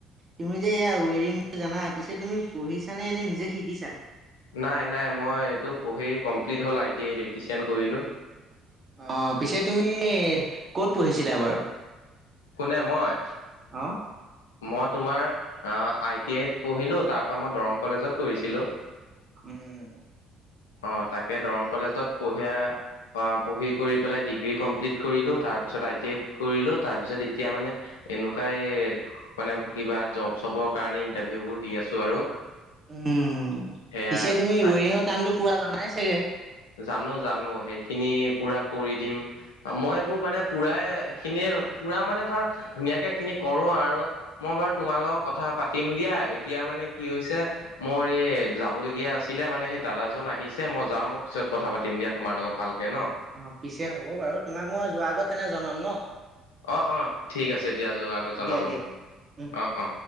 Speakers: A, on the right; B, on the left.
A: তুমি যে এইয়া ৱায়াৰিং জানা, পিছে তুমি পঢ়িছা নে এনেই নিজে শিকিছা?
B: নাই নাই মই এইটো পঢ়ি কমপ্লিট হ'ল আই টি আই ইলেক্ট্ৰিচিয়ান কৰিলোঁ।
A: অ পিছে তুমি ক'ত পঢ়িছিলা বাৰু?
B: কোনে মই?
A: অ।
B: মই তোমাৰ আই টি আইত পঢ়িলো তাৰ পৰা মই দৰং কলেজত কৰিছিলো।
A: উম।
B: অ তাকে দৰং কলেজত পহিয়া অ পঢ়ি কৰি পেলাই ডিগ্ৰী কমপ্লিট কৰিলোঁ, তাৰ পিছত আইটিআই কৰিলোঁ, তাৰ পিছত এতিয়া মানে এনেকুৱাই এই মানে কিবা জব-চবৰ কাৰণে ইণ্টাৰভিউবোৰ দি আছোঁ আৰু।
A: উম
B: সেয়া
A: পিছে তুমি
B: তাক
A: ৱায়াৰিঙৰ কামটো পুৰা জানা নে চাগে?
B: জানো জানে সেইখিনি পুৰা কৰি দিম। মই এইবোৰ মানে পুৰাইখিনিয়েই পুৰা মানে ধুনীয়াকৈখিনি কৰোঁ আৰু। মই বাৰু তোমাৰ লগত কথা পাতিম দিয়া, এতিয়া মানে কি হৈছে মই এই যাবলগীয়া আছিলোঁ মানে সেই দাদাজন আহিছে মই যাওঁ মই পিছত কথা পাতিম দিয়া তোমাৰ লগত ভালকৈ ন।
A: অ পিছে হ'ব বাৰু তোমাক মই যোৱা আগত তেনে জনাম ন।
B: অ অ ঠিক আছে দিয়া যোৱা আগত জনাবা
A: দিয়া দিয়া
B: মোক,
A: উম।
B: অ অ।